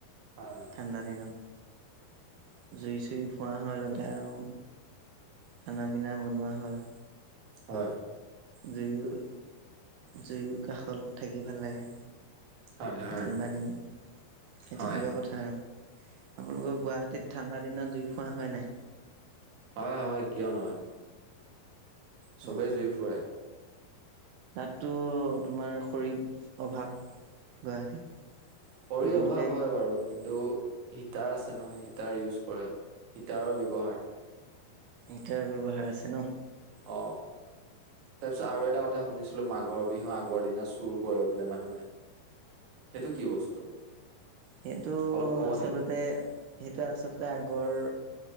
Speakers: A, on the right; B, on the right.
A: হয়, হয়,
B: ঠাণ্ডা দিনত জুই চুই ফুৱ হয়, লগতে আৰু খানা পিনা বনোৱা হয়।
A: হয়'।
B: জুয়ো জুয়ো কাষত থাকি ভাল লাগে।
A: হয়, হয়,
B: ঠাণ্ডা দিন, সেই
A: হয়,
B: তেনেকুৱা কথা আৰু। আপোনালোকৰ গুৱাহাটীত ঠাণ্ডা দিনত জুই ফুৱা হয় নাই?
A: হয়, হয়, কিয় নহয়, চবেই
B: অ
A: জুই ফুৰাই।
B: তাততো তোমাৰ খৰিৰ অভাৱ, গুৱাহাটীত।
A: খৰীৰ
B: আপোনালোকে
A: অভাৱ হয় বাৰু, কিন্তু হিটাৰ আছে নহয়, হিটাৰ ইউজ কৰে, হিটাৰৰ ব্যৱহাৰ
B: হিটাৰ ব্যৱহাৰ আছে ন।
A: অ'। তাৰ পিছত আৰু এটা কথা শুনিছিলো, মাঘৰ বিহুৰ আগৰ দিনা চুৰ কৰে বোলে মানুহে। সেইটো কি বস্তু?
B: সেইটো
A: অলপ ক'ব
B: আচলতে
A: নেকি
B: সেইটো আচলতে আগৰ